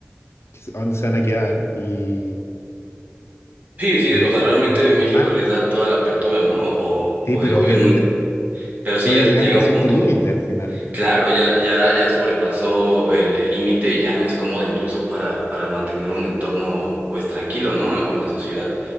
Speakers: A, on the left; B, on the right.
A: que es- ¿a dónde se van a quedar? Y,
B: Sí, sí,
A: y
B: o sea, realmente México
A: qué mal.
B: les da toda la apertura, ¿no? O, o- o
A: Sí, pero
B: el gobierno,
A: obviamente
B: pero sí,
A: puede
B: ya
A: llegar
B: llega
A: hasta
B: un
A: cierto
B: punto.
A: límite al final.
B: Claro, ya, ya, ya sobrepasó el el límite y ya no es cómodo incluso para, para mantener un entorno, pues, tranquilo, ¿no? Con la sociedad.